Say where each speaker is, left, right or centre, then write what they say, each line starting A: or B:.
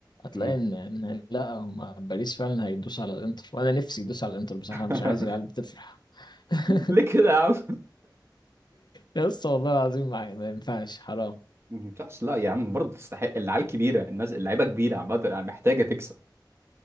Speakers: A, on the left; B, on the right.
A: هتلاقي
B: مم.
A: ان ان لا هم باريس فعلا هيدوس على الانتر وانا نفسي يدوس على الانتر بصراحة
B: <laughs>
A: أنا مش عايز العيال بتفرح <laughs>
B: ليه كده يا عم؟
A: يا اسطى والله العظيم ما ما ينفعش حرام
B: ما ينفعش لا يا عم برضه تستحق العيال كبيره الناس اللعيبه كبيره عامه يعني محتاجه تكسب